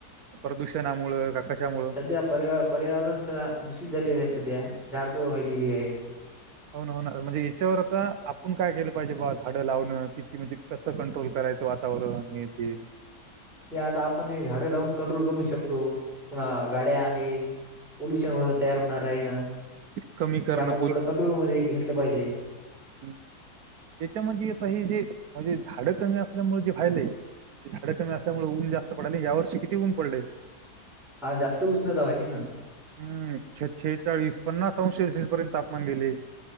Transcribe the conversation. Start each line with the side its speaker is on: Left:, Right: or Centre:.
Right: प्रदूषणामुं का कशामुं
Centre: ्या परर पर्यावरण स दूषित झालेलं आहे सध्या झाडतोड व्हालेली आहे
Right: होनन म्हणजे हचच्या वारता पण काय केलं पाहिजे बा झाडं लावणं किती म्हणजे कसं कंट्रोल करायचं वातावरण ते
Centre: या आता आपण हे झाडं लावून कंट्रोल करू शकतो पुन्हा गाड्या आहे पॉोल्युशन तयार होणार राही ना ते
Right: कमी करणं
Centre: आपण थोडं कंट्रोल मध्ये घेतलं पाहिजे
Right: हम् याच्यामध्ये आता हे जे म्हणजे झाड कमी असल्यामुळे जे वयलंय झाडं कमी असल्यामुळे ऊन जास्त पडय या वर्षी किती ऊन पडले
Centre: हा जास्त उष्णता व्हाहिली ना
Right: हम् छछेचाळीस पन्नास अंश सेल्सिअस पर्यंत तापमान गेले